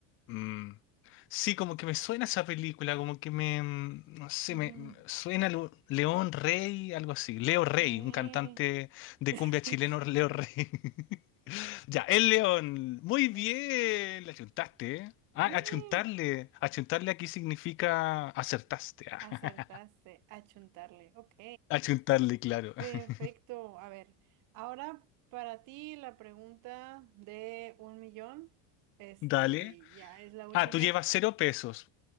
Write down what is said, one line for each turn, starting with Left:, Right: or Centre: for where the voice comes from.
Left: Mm. Sí, como que me suena esa película, como que me, mm, no sé,
Right: Ujú,
Left: me me
Right: ujú.
Left: suena Lu- León Rey, algo así. Leo Rey,
Right: Eh,
Left: un cantante
Right: <laughs>
Left: de cumbia chileno, Leo Rey. <laughs> Ya, el león. Muy bien,
Right: eh,
Left: le achuntaste, ¿eh? Ah,
Right: Y
Left: achuntarle. Achuntarle aquí significa acertaste. <laughs> ah.
Right: acertaste, achuntarle, ok.
Left: Achuntarle, claro.
Right: Perfecto.
Left: <laughs>
Right: A ver, ahora para ti la pregunta de un millón, este,
Left: Dale.
Right: que ya es la última.
Left: Ah, tú llevas cero pesos.